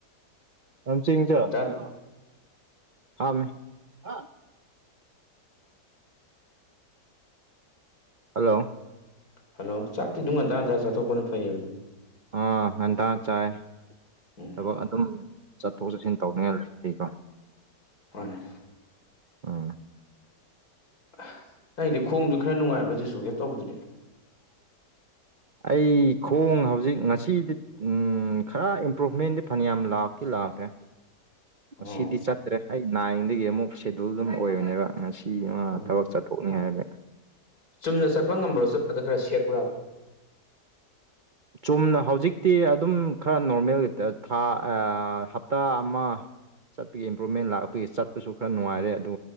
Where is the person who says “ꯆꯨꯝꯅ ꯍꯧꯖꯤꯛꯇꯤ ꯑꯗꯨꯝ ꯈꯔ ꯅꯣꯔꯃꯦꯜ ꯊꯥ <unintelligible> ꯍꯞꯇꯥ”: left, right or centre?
Right